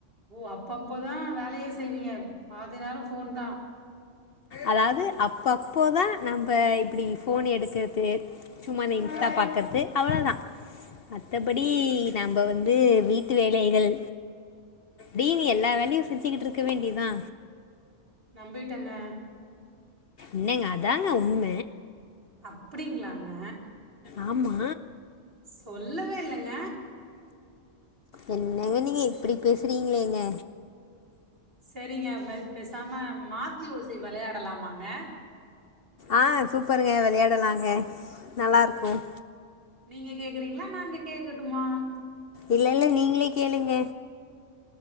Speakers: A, on the right (about 50°); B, on the left (about 55°).
A: ஓ அப்பப்பதான் வேலயே செய்வீங்க பாதி நேரம் ஃபோன் தான்
B: அதாவது அப்பப்போதா நம்ப இப்டி ஃபோன் எடுக்குறது சும்மா அந்த இன்ஸ்டா பாக்குறது அவ்வளவுதா மத்தபடி நம்ப வந்து வீட்டு வேலைகள் மீதி எல்லா வேலையு செஞ்சுக்கிட்டு இருக்க வேண்டியதுதா
A: நம்பிட்டேங்க
B: என்னங்க அதாங்க உண்ம
A: அப்படிங்களாங்க
B: ஆமா
A: சொல்லவே இல்லங்க
B: என்னங்க நீங்க இப்டி பேசுறீங்களே ஏங்க
A: சரிங்க பேசாம மாத்தி யோசி விளையாடலாமாங்க
B: ஆஹ் சூப்பருங்க வெளையாடலாங்க நல்லா இருக்கும்
A: நீங்க கேக்குறீங்களா நாங்க கேக்கட்டுமா
B: இல்ல இல்ல நீங்களே கேளுங்க